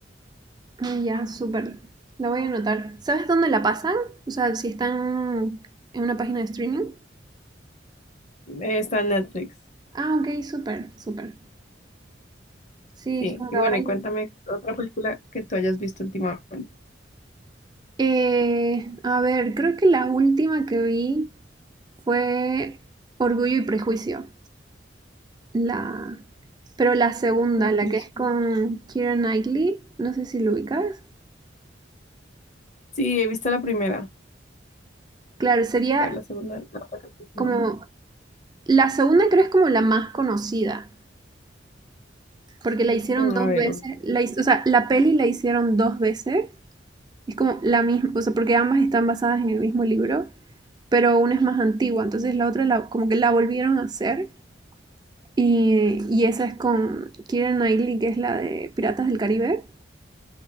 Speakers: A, on the right; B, on the left.
A: Ah, Ya, súper. La voy a anotar. ¿Sabes dónde la pasan? O sea, si están en una página de streaming.
B: Eh, está en Netflix,
A: Ah, ok, súper, súper. Sí,
B: sí.
A: es como
B: Y
A: que ahora
B: bueno, y
A: hay
B: cuéntame otra película que tú hayas visto últimamente.
A: Eh, a ver, creo que la última que vi fue Orgullo y Prejuicio. La... Pero la segunda,
B: Uy.
A: la que es con Keira Knightley, no sé si lo ubicas.
B: Sí, he visto la primera,
A: Claro, sería
B: pero la segunda no.
A: como... La segunda creo es como la más conocida, porque la hicieron
B: No,
A: dos
B: A ver.
A: veces. La, his- o sea, la peli la hicieron dos veces. Es como la misma, o sea, porque ambas están basadas en el mismo libro, pero una es más antigua, entonces la otra la- como que la volvieron a hacer Y, y esa es con Kira Knightley, que es la de Piratas del Caribe.